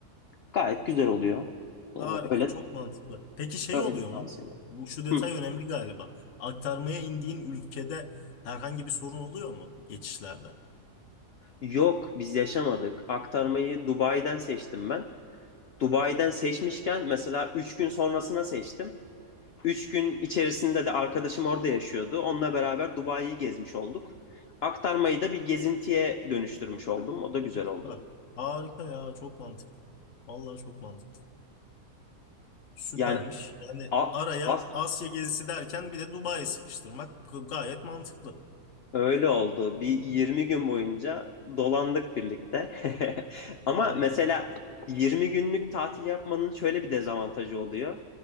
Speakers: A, on the left; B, on the left.
A: Gayet güzel oluyor. E,
B: Harika,
A: öyle
B: çok mantıklı. Peki şey
A: öyle
B: oluyor
A: tavsiye
B: mu?
A: ederim.
B: Bu şu detay
A: Hı.
B: önemli galiba. Aktarmaya indiğin ülkede herhangi bir sorun oluyor mu geçişlerde?
A: Yok biz yaşamadık. Aktarmayı Dubai'den seçtim ben. Dubai'den seçmişken mesela 3 gün sonrasına seçtim. 3 gün içerisinde de arkadaşım orada yaşıyordu. Onunla beraber Dubai'yi gezmiş olduk. Aktarmayı da bir gezintiye dönüştürmüş oldum. O da güzel
B: Süper.
A: oldu.
B: Harika ya, çok mantıklı. Vallahi çok mantıklı. Süpermiş.
A: Yani
B: Yani
A: a-
B: araya
A: as-
B: Asya gezisi derken bir de Dubai'yi sıkıştırmak g- gayet mantıklı.
A: Öyle oldu. Bir 20 gün boyunca dolandık birlikte. <laughs> Ama
B: Harika.
A: mesela 20 günlük tatil yapmanın şöyle bir dezavantajı oluyor.